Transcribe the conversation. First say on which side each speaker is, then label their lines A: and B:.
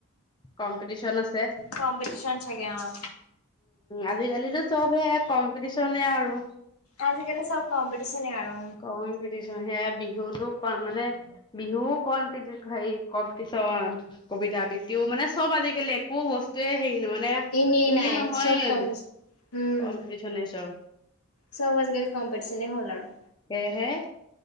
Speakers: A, on the left (about 20°); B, on the left (about 85°).
A: কম্পিটিশন আছে।
B: কম্পিটিন চাগে, অ'
A: আজিকালি চবহে কম্পিটিশনে আৰু
B: আজিকালি চব কম্পিটিশনে আৰু।
A: কম্পিতিছো সেয়া বিহুতো কম মানে, বিহুও কম পি, হেৰি কম্পিটিশন, কবিতা বৃত্তিও, মানে চব আজিকালি একো বস্তুৱয়ে হেৰি ন মানে
B: এনেই
A: ইয়েই
B: নাই
A: নহয়,
B: চব কম্পিটিচন উম,
A: কম্পিটিচনে চব।
B: চব আজি কালি কম্পিটিশনে হল আৰু।
A: হে-হে